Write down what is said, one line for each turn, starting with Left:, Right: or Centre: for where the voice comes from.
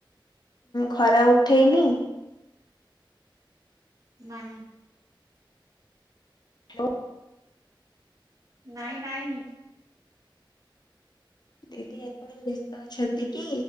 Left: ଖରା ଉଠେଇନି?
Right: ନାଇଁ।
Left: ହ୍ୟାଲୋ।
Right: ନାଇଁ ନାଇଁ।
Left: ଦିଦି ଆପଣ ବ୍ୟସ୍ତ ଅଛନ୍ତି କି?